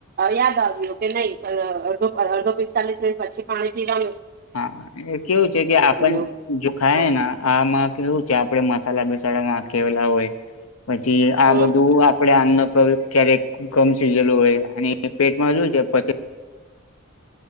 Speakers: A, on the right; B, on the left.
A: યાદ આવ્યું કે નહી પણ અડધો અડધો પિસ્તાલીસ મિનિટ પછી પાણી પીવા
B: હા એ કેવું છે કે આપણ
A: લઉં
B: જો ખાય
A: હા
B: આમાં કેવું છે આપડે મસાલા બે માં કેલા હોય પછી આ
A: હમ
B: બધું આપડે આમ ક્યારેક ગમ સીઝેલું હોય અને પેટમાં શુ છે પ